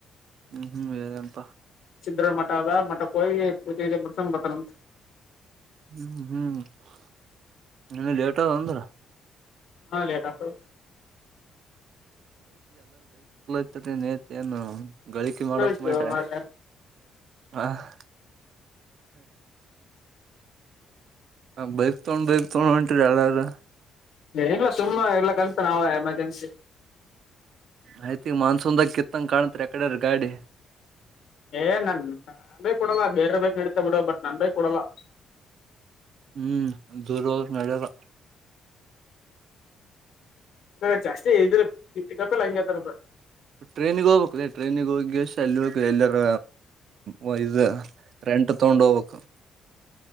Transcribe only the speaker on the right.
ಹ್ಮ್ ಹ್ಮ್ ವೇರಪಾ
ಹ್ಮ್ ಹ್ಮ್ ಇ ಲೇಟ್ ಆದ ಅಂದ್ರ
ಮ ನೇತ ಏನು ಗಳಿಕೆ ಮಾಡಕ್
ಮಾಡ್ರಿ
ಹ ಬೈಕ್ ತೊಂಡ ಬೈಕ್ ತೊಂಡ ಅಂಟ ಚಲ್ಲಾರ
ಆಯ್ತಿ ಮಾನ್ಸೂನ್ದಾಗ ಕಿತ್ತಂಗ ಕಾಣತ್ರಿ ಯಕಡೆ್ರ ಗಾಡಿ
ಹ್ಮ್ ದೂರ ನಡರ.
ಟ್ರೈನಿಗೆ ಹೋಗ್ಬೇಕಕ್ಲ ಟ್ರೈನಿಗೆ ಹೋಗಿ. ಎಲ್ಲ ಎಲ್ಲರ. ಓ ಇದು ರೆಂಟ್ ತಗೊಂಡು ಹೋಗ್ಬೇಕಕ್ು.